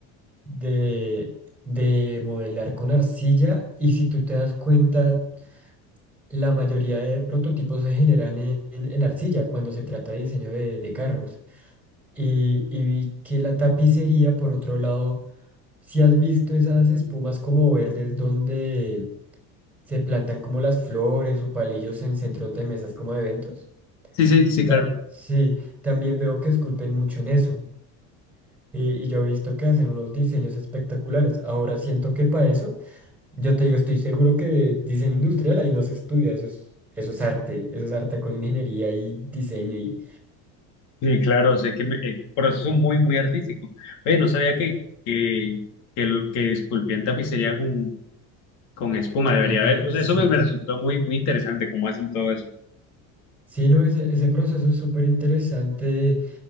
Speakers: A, in the centre; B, on the left.
A: de, de modelar con arcilla. Y si tú te das cuenta, La mayoría de prototipos se generan en, en- en arcilla cuando se trata de diseño de, de carros. Y, y vi que la tapicería, por otro lado, si has visto esas espumas como verdes donde se plantan como las flores o palillos en centros de mesas como de eventos.
B: Sí, sí, sí,
A: La,
B: claro.
A: sí, también veo que esculpen mucho en eso. Y, y yo he visto que hacen unos diseños espectaculares. Ahora siento que para eso Yo te digo, estoy seguro que diseño industrial ahí no se estudia, eso es, eso es arte, eso es arte con ingeniería y diseño y...
B: Sí, claro, o sea, que me- es un proceso muy, muy artístico. Oye, no sabía que, que, que, lo- que esculpían tapicería con, con espuma, debería
A: Ajá,
B: haber. O
A: sí.
B: sea, eso me, me resultó muy, muy interesante cómo hacen todo eso.
A: Sí, no, ese, ese proceso es súper interesante